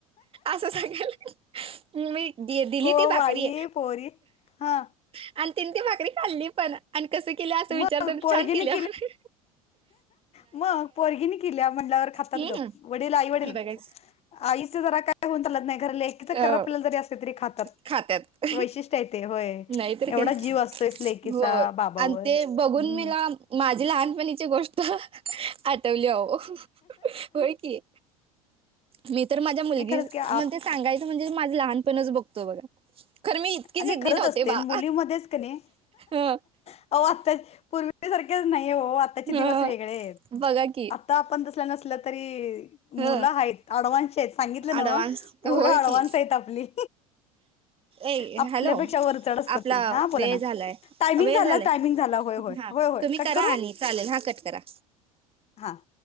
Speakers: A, on the right; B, on the left.
A: असं सांगाय लागल्या. मी दि दिली
B: गो
A: ती भाकरी,
B: बाई पोरी हा
A: आणि तिन ती भाकरी खाल्ली पण. आणि कसं केल्या असं विचारतान
B: मग पोरगीने
A: छान केल्या म्हण.
B: मग पोरगीन केल्या म्हटल्यावर खातात
A: हम्म
B: गप्प वडील आई वडील
A: बघा
B: ग, आईच जरा काय होऊन चालत नाही, खर लेकीच
A: अ,
B: करापलल जरी असते तरी खात.
A: खात्यात
B: वैशिष्ट्य आहे ते होय,
A: नाहीतर
B: एवढा
A: काय
B: जीव असतोयच लेकीचा
A: हो
B: बाबावर.
A: आणि ते बघून
B: हम्म
A: मीला माझी लहानपणीची गोष्ट आठवली अहो, होय की. मी तर माझ्या मुलगी
B: खरंच
A: म्हण
B: की आप
A: सांगायचं म्हणजे माझं लहानपणच बघतो बघा, खर मी इतकी
B: आणि
A: जिद्दी
B: खरंच
A: नव्हते
B: असते
A: बा.
B: मुलीमध्येच क नाही
A: हा
B: अहो आत्ता पूर्वीसारखेच नाही हो, आत्ताचे दिवस
A: ह
B: वेगळेत.
A: बघा की
B: आता आपण तसलं नसलं तरी,
A: ह
B: मुलं आहेत अडवान्सची आहेत सांगितलं नव्ह.
A: अडव्हान्स
B: पोर
A: होय
B: अँडव्हान्स
A: की
B: आहेत आपली.
A: ए
B: आपल्यापेक्षा
A: हॅलो
B: वर चढ असताती,
A: आपला
B: हा बोला
A: वेळ
B: ना
A: झालाय
B: टायमिंग
A: वेळ
B: झाला
A: झालाय
B: टाय टायमिंग झाला, होय होय
A: हा
B: होय
A: तुम्ही
B: कट
A: करा
B: करू?
A: आणि चालेल हा कट करा.
B: हां.